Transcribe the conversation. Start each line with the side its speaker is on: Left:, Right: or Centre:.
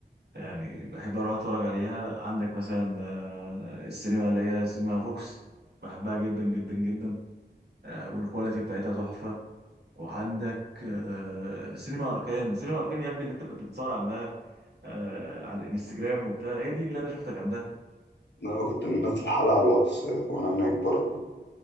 Right: يعني بحب أروح أتفرج عليها عندك مثلا آه السينما اللي هي سينما فوكس بحبها جدا جدا جدا آه والكواليتي بتاعتها تحفة وعندك آه، سينما اركان سينما اركان يا ابني اللي انت كنت بتصور عندها آه، على الانستجرام وبتاع هي دي اللي انا شفتك عندها
Left: انا كنت منزل حلقه على الواتس وانا هناك برضو